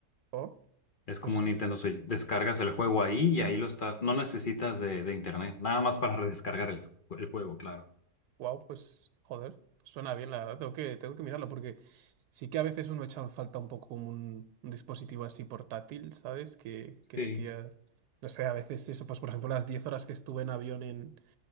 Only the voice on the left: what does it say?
Es como
un Nintendo Switch. Descargas el juego ahí y ahí lo estás. No necesitas de, de internet. Nada más para <laughs> descargar el, el juego, claro.
Sí,